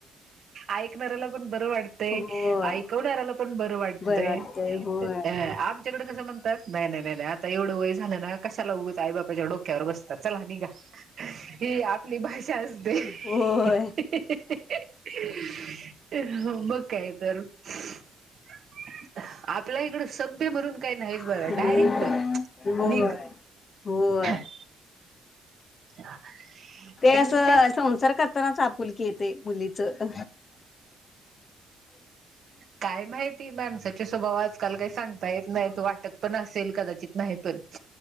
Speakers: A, on the right; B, on the left.
A: ऐकणाऱ्याला पण बरं वाटतय
B: होय
A: आईकवनाऱ्याला पण बरं वाटत
B: बर वाटतय होय
A: अ आमच्याकडे कसं म्हणतात? नाही नाही नाही नाही आता एवढं वय झालं ना. कशाला उगच आई बापाच्या डोक्यावर बसता चला निघा. ही आपली भाषा असते. ही
B: होय
A: ही ही मग कायतर -- आपल्या इकडच -- सभ्य म्हणून काही नाहीच बघा
B: नाही
A: डायरेक्ट
B: नाही होय
A: निघ -
B: होय
A: - <inaudible>
B: ते
A: पण
B: असं
A: त्या
B: संसार करतानाच आपुलकी येते मुली. तर --
A: काय माहिती माणसाचे स्वभाव आजकाल काही सांगता येत नाहीत वाटत पण असेल कदाचित नाही पण- -